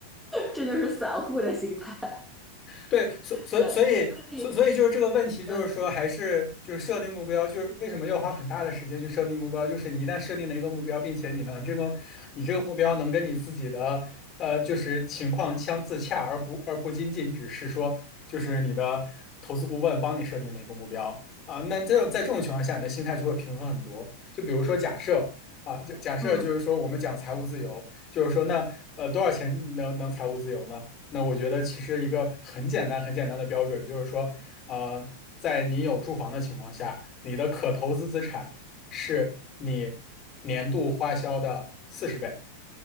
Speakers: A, in the centre; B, on the left.
A: 这就是散户的心态。
B: 对，所所所以所所以就是这个问题，
A: 对，所以
B: 就是说还是就是设定目标，
A: 呃
B: 就是为什么要花很大的时间去设定目标？就是你一旦设定了一个目标，并且你能这个你这个目标能跟你自己的呃就是情况相自洽，而不而不仅仅只是说就是你的投资顾问帮你设定的一个目标啊，那这种在这种情况下，你的心态就会平衡很多。就比如说假设。啊，假假设就是说，
A: 嗯，
B: 我们讲财务自由，就是说那，呃，多少钱能能财务自由呢？那我觉得其实一个很简单、很简单的标准就是说，呃，在你有住房的情况下，你的可投资资产是你年度花销的四十倍，